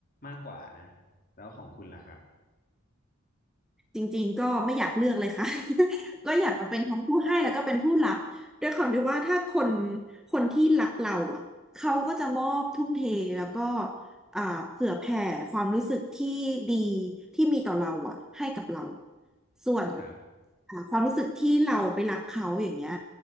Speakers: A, on the left; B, in the centre.
A: มากกว่านะแล้วของคุณล่ะครับ <laughs>
B: จริงๆก็ไม่อยากเลือกเลยค่ะ <laughs> ก็อยากจะเป็นทั้งผู้ให้แล้วก็เป็นผู้รับด้วยความที่ว่าถ้าคนคนที่รักเราอ่ะเขาก็จะมอบทุ่มเทแล้วก็อ่าเผื่อแผ่ความรู้สึกที่ดีที่มีต่อเราอ่ะให้กับเราส่วน
A: ครับ
B: อ่าความรู้สึกที่เราไปรักเขาอย่างเงี้ย